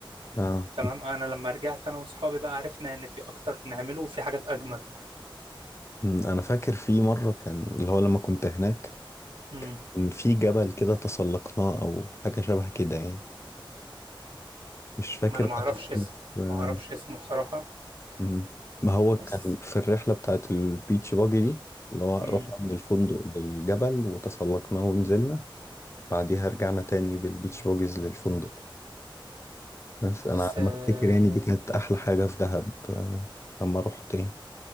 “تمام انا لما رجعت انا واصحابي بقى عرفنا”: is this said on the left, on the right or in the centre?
Right